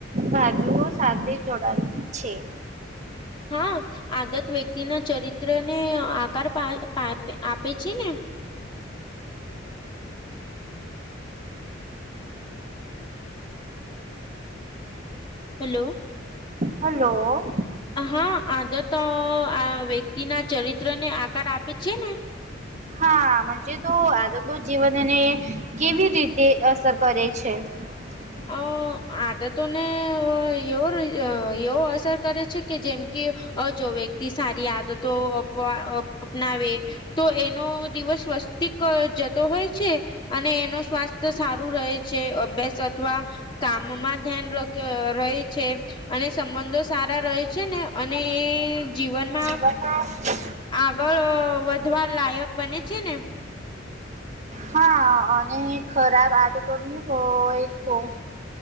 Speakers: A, on the right; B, on the left.
A: બાજુઓ સાથે જોડાયે છે. <inaudible>
B: હા આગત વ્યક્તિ ના ચરિત્ર ને આકાર આપે છે ને. હલો.
A: હલો.
B: હા આદર તો આ વ્યક્તિના ચરિત્ર ને આકાર આપે છે ને.
A: હા મજે તો આ તો તો જીવનને, કેવી રીતે અસર કરે છે? <unintelligible>
B: અ આદતોને એવો એવો અસર કરે છે કે જેમ કે અ જો વ્યક્તિ સારી આદતો અપવા અપનાવે. તો એનો દિવસ સ્વસ્તિક જતો હોય છે. અને એનો સ્વાસ્થ્ય સારું રહે છે અભ્યાસ અવા કામમાં ધ્યાન રહી છે. અને સંબંધો સારા રહે છે ને અને જીવનમાં.
A: <unintelligible>
B: આગળ વધવા લાયક બને છે ને.
A: હા અને ખરાબ આદતો નહી હોય એક તો-